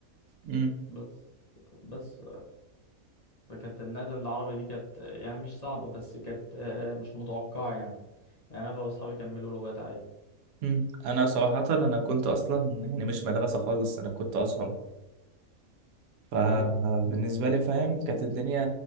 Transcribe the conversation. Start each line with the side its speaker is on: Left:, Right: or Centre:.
Right: امم
Left: بس بس فكانت النقلة للعربي دي كانت آه، يعني مش صعبة بس كانت آه، مش متوقعة يعني يعني اغلب اصحابي كملوا لغات عادي
Right: امم انا صراحه انا كنت اصلا يعني مش مدرسه خالص انا كنت ازهر فبالنسبه
Left: ايوه
Right: لي فاهم كانت الدنيا